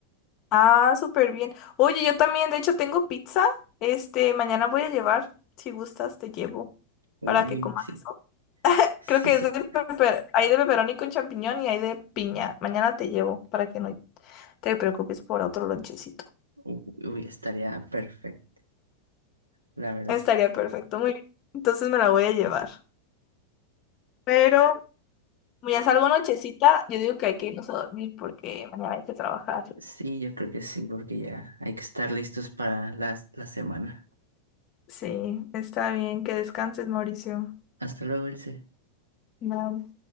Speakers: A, on the left; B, on the right.
A: Ah, súper bien. Oye, yo también, de hecho, tengo pizza. Este, mañana voy a llevar. Si gustas, te llevo
B: Uy,
A: para que comas
B: sí,
A: eso.
B: sí,
A: Creo que
B: sí.
A: es de peper- hay de pepperoni con champiñón y hay de piña. Mañana te llevo para que no te preocupes por otro lonchecito.
B: Uy, uy, estaría perfecto, la verdad.
A: Estaría perfecto, muy bien. Entonces me la voy a llevar. Pero como ya salgo nochecita, yo digo que hay que irnos a dormir porque mañana hay que trabajar.
B: Sí, yo creo que sí, porque ya hay que estar listos para las la semana.
A: Sí, está bien, que descanses, Mauricio.
B: Hasta luego, Ilse.
A: No.